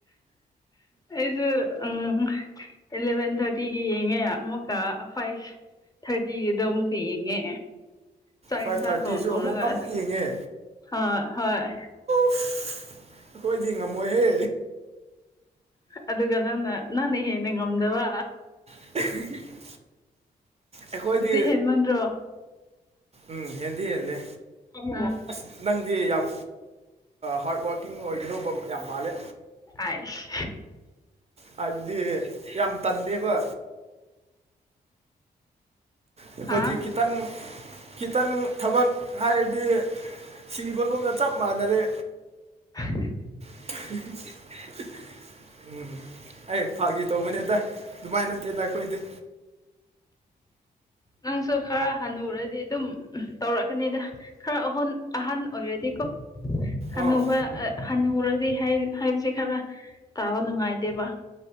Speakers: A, on the left; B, on the right.
A: ꯑꯩꯁꯨ ꯑꯝ ꯏꯂꯚꯦꯟ ꯊꯥꯔꯇꯤꯒꯤ ꯌꯦꯡꯉꯦ ꯑꯃꯨꯛꯀ ꯍꯣꯏ ꯊꯥꯔꯇꯤꯒꯤꯗꯣ ꯑꯃꯨꯛꯀ ꯌꯦꯡꯉꯦ ꯆꯥꯛ
B: ꯐꯥꯏꯚ
A: ꯏꯟꯁꯥꯡ
B: ꯊꯥꯔꯇꯤꯁꯨ
A: ꯊꯣꯡ ꯊꯣꯡꯔꯒ
B: ꯑꯃꯨꯛ ꯑꯃꯨꯛ ꯌꯦꯡꯉꯦ
A: ꯍꯥ ꯍꯣꯏ
B: ꯑꯩꯈꯣꯏꯗꯤ ꯉꯝꯃꯣꯏꯍꯦ
A: ꯑꯗꯨꯒ ꯅꯪꯅ ꯅꯪꯅ ꯍꯦꯟꯅ ꯉꯝꯗꯕ
B: <unintelligible> ꯑꯩꯈꯣꯏꯗꯤ
A: ꯑꯗꯨꯗꯤ ꯍꯦꯟꯃꯟꯗ꯭ꯔꯣ
B: ꯎꯝ ꯍꯦꯟꯗꯤ ꯍꯦꯜꯂꯦ
A: ꯎꯝ
B: ꯑꯁ ꯅꯪꯗꯤ ꯌꯥꯝ ꯍꯥꯔꯠ ꯋꯥꯔꯀꯤꯡ ꯑꯣꯏꯒꯗꯧꯕ ꯌꯥꯝ ꯃꯥꯜꯂꯦ
A: ꯑꯥꯏꯁ
B: ꯍꯥꯏꯕꯗꯤ ꯌꯥꯝ ꯇꯟꯗꯦꯕ ꯑꯩꯈꯣꯏꯗꯤ
A: ꯍꯥ
B: ꯈꯤꯇꯪ ꯈꯤꯇꯪ ꯊꯕꯛ ꯍꯥꯏꯔꯗꯤ ꯁꯤꯕꯒꯨꯝꯅ ꯆꯞ ꯃꯥꯟꯅꯔꯦ
A: <unintelligible>
B: <unintelligible> ꯎꯝ ꯑꯩ ꯐꯥꯒꯤ ꯇꯧꯕꯅꯦꯗ ꯗꯨꯃꯥꯏ ꯅꯠꯇꯦꯗ ꯑꯩꯈꯣꯏꯗꯤ
A: ꯅꯪꯁꯨ ꯈꯔꯥ ꯍꯅꯨꯔꯗꯤ ꯑꯗꯨꯝ ꯇꯧꯔꯛꯀꯅꯤꯗ ꯈꯔ ꯑꯍꯣꯟ ꯑꯍꯟ ꯑꯣꯏꯔꯗꯤꯀꯣ ꯍꯅꯨꯕꯥ
B: ꯑꯥ
A: ꯍꯅꯨꯔꯗꯤ ꯍꯥꯏꯕ ꯍꯥꯏꯕꯁꯦ ꯈꯔ ꯇꯥꯕ ꯅꯨꯡꯉꯥꯏꯇꯦꯕ